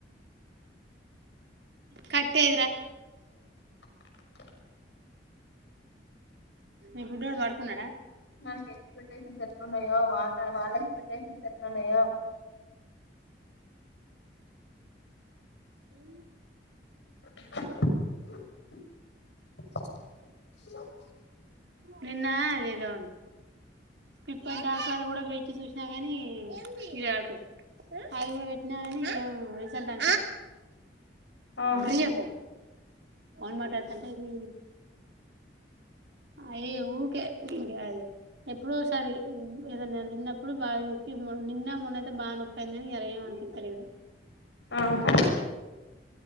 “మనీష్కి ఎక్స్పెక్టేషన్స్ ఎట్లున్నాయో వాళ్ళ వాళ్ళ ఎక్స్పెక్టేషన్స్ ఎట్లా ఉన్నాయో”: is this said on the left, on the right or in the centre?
Left